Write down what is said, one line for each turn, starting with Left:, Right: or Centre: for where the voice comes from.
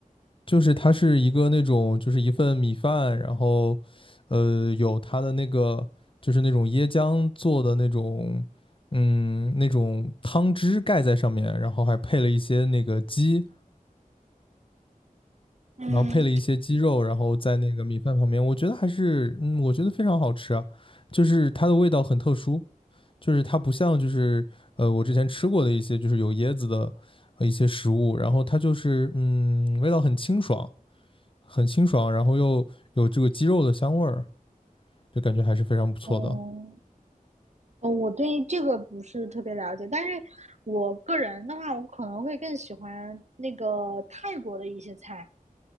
Left: 就是它是一个那种，就是一份米饭，然后，呃，有它的那个就是那种椰浆做的那种，嗯，那种汤汁盖在上面，然后还配了一些那个鸡，
Right: 嗯，
Left: 然后配了一些鸡肉，然后在那个米饭旁边，我觉得还是，嗯，我觉得非常好吃啊，就是它的味道很特殊。就是它不像就是呃我之前吃过的一些就是有椰子的呃一些食物，然后它就是嗯味道很清爽，很清爽，然后又有这个鸡肉的香味儿，就感觉还是非常不错的。
Right: 哦哦，我对这个不是特别了解，但是我个人的话，我可能会更喜欢那个泰国的一些菜。